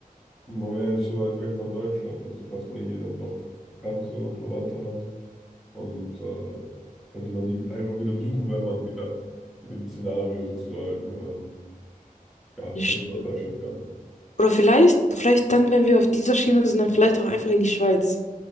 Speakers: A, in the centre; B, on the left (about 50°).
A: man wäre ja nicht so weit weg von Deutschland. Also falls man hier dann doch Bekannte und Verwandte hat. Und äh, könnte man die einfach wieder besuchen, wenn man wieder in dem Szenario sozusagen ähm, ja,
B: Nicht-
A: zurück nach Deutschland kann.
B: Oder vielleicht, vielleicht dann, wenn wir auf dieser Schiene sind, dann vielleicht auch einfach in die Schweiz.